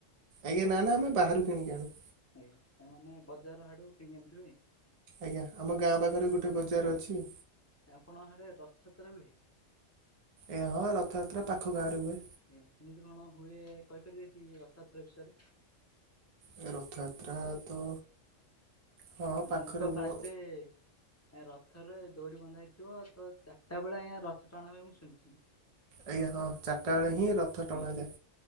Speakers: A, on the right; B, on the left.
A: ଆଜ୍ଞା ନା ନା ଆମେ ବାହାରୁ କିଣିକି ଆଣୁ।
B: ଆଜ୍ଞା ଏ ମାନେ ବଜାର ଆଡୁ କିଣି ଆଣିଥିବେ।
A: ଆଜ୍ଞା ଆମ ଗାଁ ପାଖରେ ଗୋଟେ ବଜାର
B: ଆଜ୍ଞା
A: ଅଛି।
B: ଆପଣ ହାଡେ ରଥଯାତ୍ରା ହୁଏ?
A: ଏ ହଁ ରଥଯାତ୍ରା ପାଖ ଗାଁ ରେ ହୁଏ।
B: ଆଜ୍ଞା କେମିତି କଣ ହୁଏ, କହିପାରିବେ କି ରଥଯାତ୍ରା ବିଷୟରେ?
A: ଏ ରଥଯାତ୍ରା ତ ହଁ
B: ଏମାନେ
A: ପାଖରେ
B: ତ
A: ହୁଅ
B: ଫାଷ୍ଟେ ହଁ ରଥ ରେ ଦୌଡି ବନ୍ଧା ହେଇଥିବ ତ, ଚାରିଟା ବେଳେ ଆଁ ଏ ରଥ ଟଣା ହୁଏ ମୁଁ ଶୁଣିଚି।
A: ଆଜ୍ଞା ହଁ ଚାରିଟା ବେଳେ ହିଁ ରଥ
B: ଆଜ୍ଞା
A: ଟଣାଯାଏ।